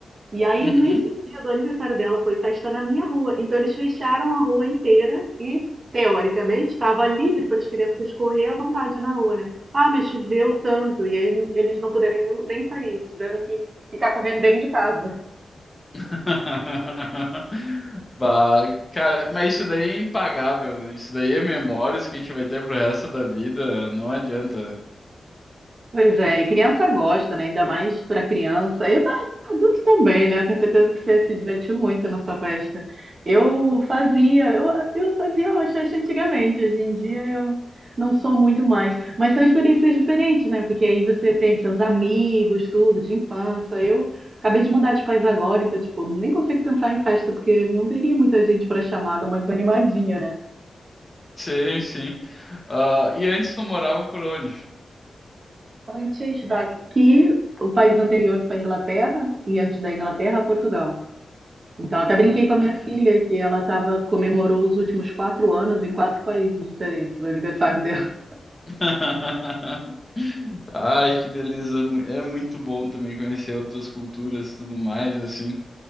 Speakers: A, on the right; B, on the left.
A: E aí,
B: Uhum.
A: nesse dia do aniversário dela, foi festa na minha rua. Então, eles fecharam a rua inteira e, teoricamente, estava livre para as crianças correr à vontade na rua, né? Ah, mas choveu tanto, e aí eles não puderam nem sair, tiveram que ficar correndo dentro de casa.
B: <laughs> Bah, cara, mas isso daí é impagável, né? Isso daí é memórias que a gente vai ter pro resto da vida, não adianta.
A: Pois é, e criança gosta, né? Ainda mais para criança. Eu ta- adulto também, né? Eu tenho certeza que você se divertiu muito na sua festa. Eu fazia, eu, eu fazia rochacha antigamente, hoje em dia eu não sou muito mais. Mas são experiências diferentes, né? Porque aí você tem seus amigos, tudo, de infância. Eu acabei de mudar de país agora, então, tipo, nem consigo pensar em festa, porque não teria muita gente para chamar, dá uma desanimadinha, né?
B: Sim, sim. Ah, e antes tu morava por onde?
A: Antes daqui, o país anterior foi a Inglaterra, e antes da Inglaterra, Portugal. Então, até brinquei
B: Hum.
A: com a minha filha que ela tava, comemorou os últimos quatro anos em quatro países diferentes, o aniversário dela. <laughs>
B: <laughs> Ai, que beleza. É mu- É muito bom também conhecer outras culturas e tudo mais, assim.